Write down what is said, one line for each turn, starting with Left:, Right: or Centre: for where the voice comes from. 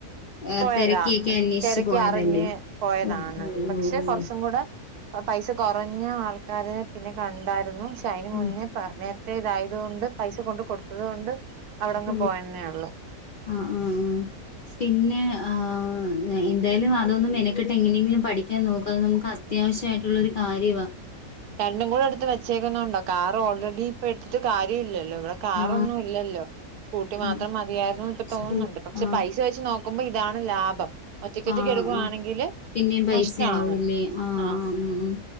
Left: ആ,
Right: പോയതാ
Left: തിരക്കിയൊക്കെ അന്വേഷിച്ച്
Right: തിരക്ക്
Left: പോയതല്ലേ
Right: അറിഞ്ഞ് പോയതാണ്
Left: ഓ ഓ
Right: പക്ഷെ
Left: ഓ ഓ.
Right: കുറച്ചും കൂടെ പൈസ കുറഞ്ഞ ആൾക്കാര പിന്നെ കണ്ടായിരുന്നു പശ്ശേ
Left: ഉം.
Right: മുന്നേ നേരത്തെ ഇതായതുകൊണ്ട് പൈസ കൊണ്ട് കൊടുത്തത് കൊണ്ട് അവിടെങ്ങ്
Left: ഉം.
Right: പോയന്നാണ് <unintelligible>
Left: ആ ആ ആ പിന്നെ ആ എന്തായാലും അതൊന്ന് മെനക്കെട്ട് എങ്ങനെങ്കിലും പഠിക്കാൻ നോക്ക് നമുക്ക് അ അത്യാവശ്യയിട്ടുള്ളൊ ഒരു കാര്യമാണ്
Right: രണ്ടും കൂടെ എടുത്ത് വച്ചേക്കുന്നുണ്ടോ കാറ് ഓൾറെഡി ഇപ്പൊ എടുത്ത് കാര്യ ഇല്ലല്ലോ ഇവിടെ കാറൊന്നും
Left: ആ
Right: ഇല്ലല്ലോ സ്കൂട്ടി
Left: ഉം.
Right: മാത്രം മതിയായിരുന്നു ഇപ്പ
Left: സ്കൂൾ
Right: തോന്നുന്നുണ്ട്. പക്ഷെ
Left: ആ
Right: പൈസ വെച്ച് നോക്കുമ്പോ ഇതാണ് ലാഭം. ഒറ്റക്കൊഒറ്റക്കിടുവാണെങ്കില്
Left: ആ ആ പിന്നെയും പൈസയാവൂല്ലേ
Right: നഷ്ട്ടാണ്.
Left: ആഹ്
Right: ആ
Left: ആഹ് ഉം